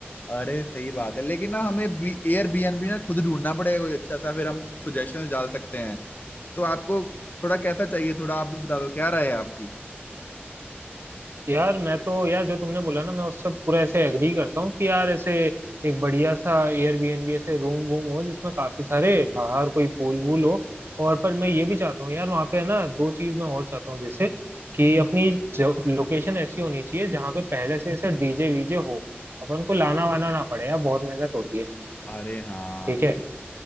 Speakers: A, on the left; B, on the right.
A: अरे सही बात है लेकिन ना हमें एयर बीएनबी ना खुद ढूंढना पड़ेगा कोई अच्छा सा फिर हम सुजेशन डाल सकते हैं तो आपको थोड़ा कैसा चाहिए थोड़ा आप भी बता दो क्या राय है आपकी
B: यार मैं तो यार जो तुमने बोला ना मैं उससे पूरा ऐसे एग्री करता हूँ कि यार ऐसे एक बढ़िया सा एयरबीएनबी ऐसे रूम वूम हो जिसमें काफी सारे बाहर कोई पूल वूल हो और पर मैं ये भी चाहता हूँ यार वहाँ पे है ना दो चीज मैं और चाहता हूँ जैसे कि अपनी लोकेशन ऐसी होनी चाहिए जहाँ पे पहले से ऐसे डीजे वीजे हो अपन को लाना वाना ना पड़े यार बहुत मेहनत होती है
A: अरे हाँ
B: ठीक है